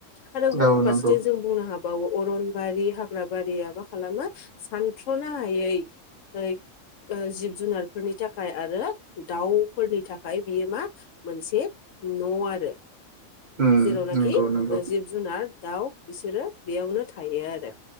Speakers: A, on the left; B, on the right.
A: आरो गुबुन
B: औ
A: फारसेथिं
B: नंगौ
A: जों बुंनो हाब बावो अरनबारि हाग्राबारिया मा खालामो सानस'नो हायै ओ जिब जुनारफोरनि थाखाय आरो दाउफोरनि थाखाय बियो मा मोनसे न' आरो
B: उम
A: जेरावनाखि
B: नंगौ नंगौ
A: जिब जुनार दाउ बिसोरो बेयावनो थायो आरो